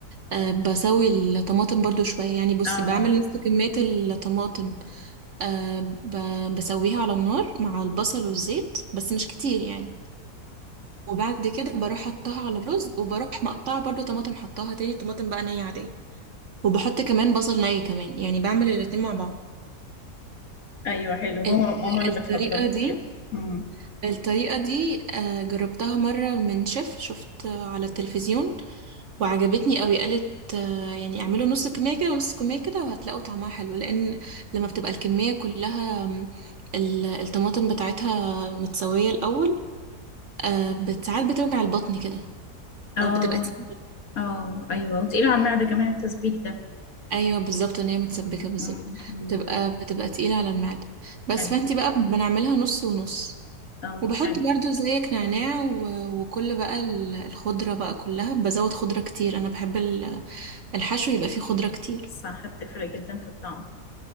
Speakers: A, on the right (about 55°); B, on the left (about 60°).
A: آه، بسوي الطماطم برضو شويه يعني بصي
B: اه
A: بعمل نص كميه الطماطم أه ب- بسويها على النار مع البصل والزيت بس مش كتير يعني وبعد كده بروح حطها على الرز وبروح مقطعة برضو طماطم حطها تاني طماطم بقى نية عادية وبحط كمان بصل ني كمان يعني بعمل الاتنين مع بعض
B: ايوه حلو ماما
A: ال-
B: ماما اللي
A: الطريقة
B: بتفضل
A: دي
B: كده مم.
A: الطريقة دي آه، جربتها مرة من شيف شفت آه، على التلفزيون وعجبتني قوي قالت آه، يعني اعملوا نص كمية كده ونص كمية كده وهتلاقوا طعمها حلو لان لما بتبقى الكمية كلها م، ال- الطماطم بتاعتها متسوية الاول آه، بت- ساعات بتوجع البطن كده
B: اه
A: او بتبقى تقيلة
B: اه ايوه وتقيل على المعدة كمان التسبيك ده
A: ايوه بالظبط ان هي متسبكة
B: مم.
A: بالظبط
B: مم. مم.
A: بتبقى بتبقى تقيلة على المعدة بس
B: حلو
A: فانتي بقى بنعملها نص ونص
B: اه
A: وبحط
B: حلو
A: برضو زيك نعناع و- وكل بقى ال- الخضرة بقى كلها بزود خضرة كتير انا بحب ال- الحشو يبقى فيه خضرة كتير
B: صح بتفرق جدا في الطعم